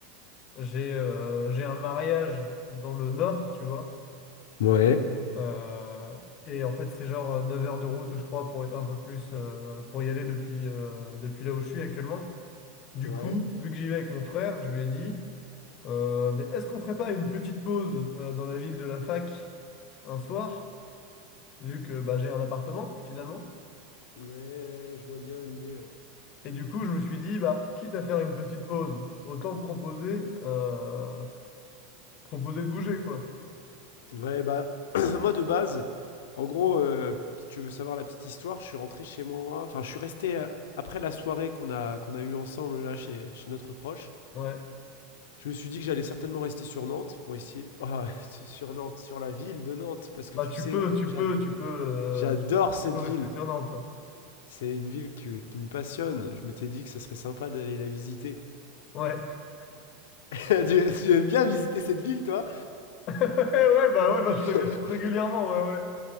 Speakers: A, on the left (about 35°); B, on the left (about 80°).
A: j'ai euh, j'ai un mariage dans le nord, tu vois.
B: Ouais.
A: Euh, et en fait, c'est genre euh, 9 heures de route, je crois, pour un peu plus euh, pour y aller depuis, euh, depuis là où je suis actuellement. Du
B: Ouais,
A: coup, vu que j'y vais avec mon frère, je lui ai dit, euh, mais est-ce qu'on ferait pas une petite pause euh, dans la ville de la fac? un soir, vu que bah, j'ai un appartement finalement.
B: ouais, je vois bien l'idée.
A: Et du coup, je me suis dit, bah, quitte à faire une petite pause, autant proposer, euh, proposer de bouger, quoi.
B: Ouais, Ouais, bah <clears throat> moi de base, En gros, euh, si tu veux savoir la petite histoire, je suis rentré chez moi. Enfin, je suis resté euh, après la soirée qu'on a, qu'on a eue ensemble là chez, chez notre proche.
A: Ouais.
B: Je me suis dit que j'allais certainement rester sur Nantes pour essayer. Ah, <laughs> sur Nantes, sur la ville de Nantes, parce que
A: Bah,
B: tu
A: tu
B: sais,
A: peux, tu
B: j'ad-
A: peux, tu peux, euh,
B: j'adore
A: tu
B: cette
A: peux rester
B: ville.
A: sur Nantes.
B: C'est une ville qui, qui me passionne. Je m'étais dit que ça serait sympa d'aller la visiter.
A: Ouais. <laughs>
B: <laughs> tu, tu aimes bien visiter cette ville, toi?
A: Ouais, bah, ouais, bah,
B: <laughs>
A: je te visite régulièrement, ouais, ouais.